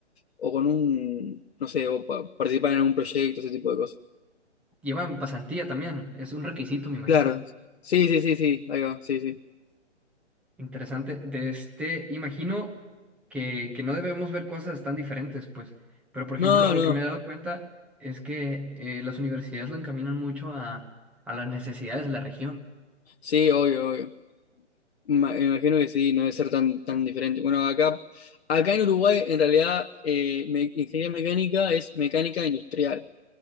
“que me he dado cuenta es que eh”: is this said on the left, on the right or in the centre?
Centre